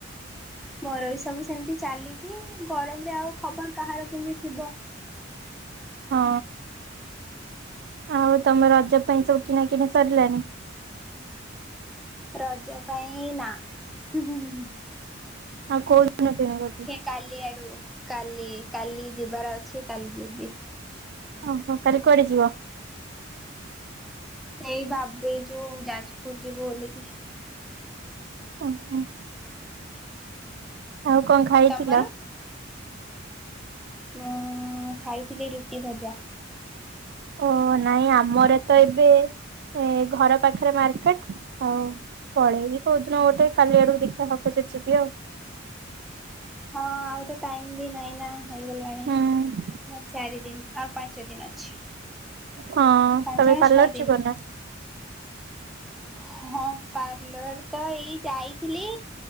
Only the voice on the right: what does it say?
ହଁ ଆଉ ତମ ରଜ ପାଇଁ ସବୁ କିଣା କିିଣି ସରିଲାଣି?
ହଁ ଆଉ କାଉ ଦିନ କିଣିବି?
ଓହୋ କାଲି କୁଆଡ଼େ ଯିବ?
ଓହୋ। ଆଉ କଣ ଖାଇଥିଲ?
ଓ ନାଇଁ ଆମରତ ଏବେ ଘର ପାଖରେ ମାର୍କେଟ। ହଁ ପଳେଇବି କୋଉଦିନ ଗୋଟେ କାଲି ଆଡକୁ ଦେଖିଆ ହବ ଯିବି ଆଉ।
ହୁଁ
ହଁ
ତମେ
ପାର୍ଲର
ଯିବନା‌।